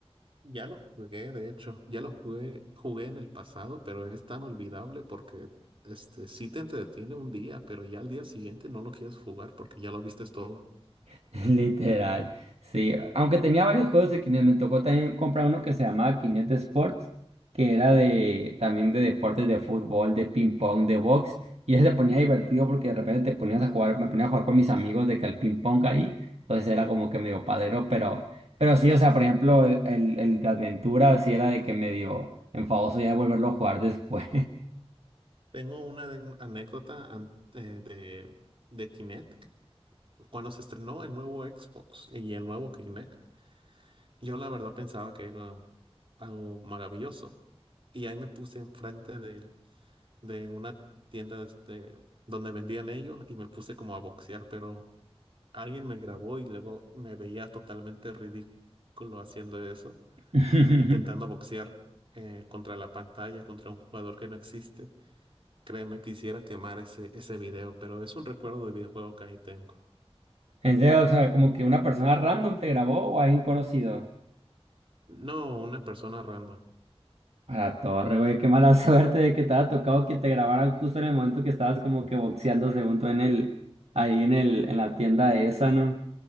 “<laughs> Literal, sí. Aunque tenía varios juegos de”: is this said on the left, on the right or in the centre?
Right